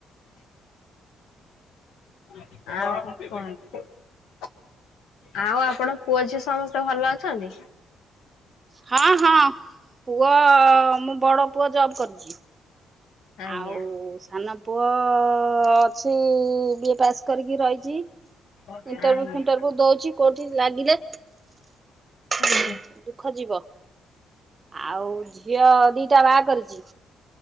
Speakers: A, on the left; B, on the right.
A: <inaudible> ଆଉ ଆପଣ ପୁଅ ଝିଅ ସମସ୍ତେ ଭଲ ଅଛନ୍ତି।
B: ହଁ ହଁ ପୁଅ ମୁଁ ବଡ ପୁଅ ଜବ୍ କରିଛି।
A: ଆଜ୍ଞା
B: ଆଉ
A: ଆଜ୍ଞା
B: ସାନ୍ ପୁଅ ଅଛି ଇ ବିଏ ପାସ୍ କରିକି ରହିଛି
A: ଆଜ୍ଞା
B: ଇଣ୍ଟର ଫିଟଭୁ ଦଉଛି କୋଉଠି ଲାଗିଲେ ଦୁଃଖ
A: ଆଜ୍ଞା ଆଜ୍ଞା
B: ଯିବ। ଆଉ ଝିଅ ଦିଟା ବାହା କରିଚି